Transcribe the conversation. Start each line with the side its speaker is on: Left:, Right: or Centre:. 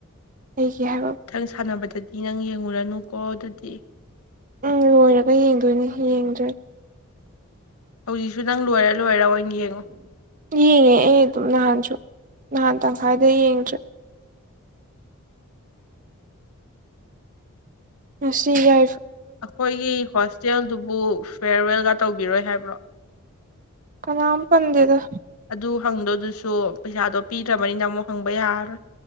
Right: ꯑꯩꯒꯤ ꯍꯥꯏꯕ
Left: ꯏꯊꯪ ꯁꯥꯟꯅꯕꯗꯗꯤ ꯅꯪ ꯌꯦꯡꯂꯡꯨꯔꯅꯨꯀꯣ ꯑꯗꯨꯗꯤ
Right: ꯎꯝ ꯂꯣꯏꯔꯒ ꯌꯦꯡꯗꯣꯏꯅꯤ ꯌꯦꯡꯗ꯭ꯔꯦ
Left: ꯍꯧꯖꯤꯛꯁꯨ ꯅꯪ ꯂꯣꯏꯔ ꯂꯣꯏꯔ ꯑꯣꯏꯅ ꯌꯦꯡꯉꯣ
Right: ꯌꯦꯡꯉꯦ ꯑꯩ ꯑꯗꯨꯝ ꯅꯍꯥꯟꯁꯨ ꯅꯍꯥꯟ ꯇꯪꯈꯥꯏꯗ ꯌꯦꯡꯗ꯭ꯔꯦ ꯉꯁꯤ ꯌꯥ
Left: ꯑꯩꯈꯣꯏꯒꯤ ꯍꯣꯁꯇꯦꯜꯗꯨꯕꯨ ꯐꯤꯔꯋꯦꯜꯒ ꯇꯧꯕꯤꯔꯣꯏ ꯍꯥꯏꯕ꯭ꯔꯣ
Right: ꯀꯅꯥꯝ ꯄꯗꯦꯗ
Left: ꯑꯗꯨ ꯍꯪꯗꯣꯗꯨꯁꯨ ꯄꯩꯁꯥꯗꯣ ꯄꯤꯗ꯭ꯔꯕꯅꯤꯅ ꯑꯃꯨꯛ ꯍꯪꯕ ꯌꯥꯔꯔꯣꯏ